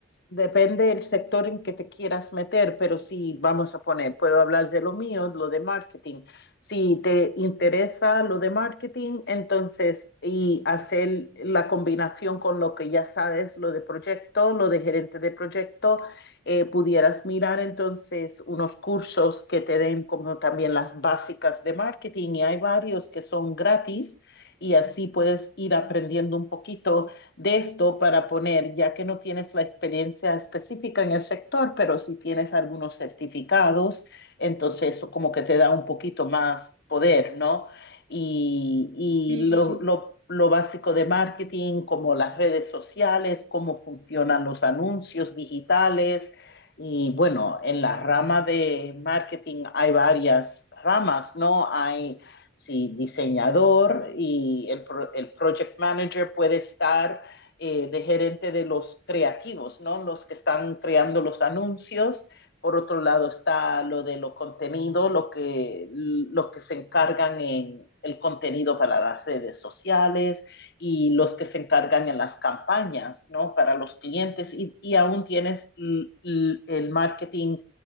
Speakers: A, on the left; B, on the right.
A: depende del sector en que te quieras meter, pero si vamos a poner, puedo hablar de lo mío, lo de marketing. Si te interesa lo de marketing, entonces, y hacer la combinación con lo que ya sabes, lo de proyecto, lo de gerente de proyecto, eh, pudieras mirar entonces unos cursos que te den como también las básicas de marketing, y hay varios que son gratis y así puedes ir aprendiendo un poquito de esto para poner, ya que no tienes la experiencia específica en el sector, pero si tienes algunos certificados, entonces eso como que te da un poquito más poder, ¿no? Y,
B: Sí,
A: y lo,
B: sí, sí.
A: lo, lo básico de marketing, como las redes sociales, cómo funcionan los anuncios digitales. Y bueno, en la rama de marketing hay varias ramas, ¿no? Hay si diseñador y el, el project manager puede estar eh, de gerente de los creativos, ¿no? Los que están creando los anuncios. Por otro lado está lo de los contenidos, lo que, los que se encargan en el contenido para las redes sociales y los que se encargan en las campañas, ¿no? Para los clientes y, y aún tienes el marketing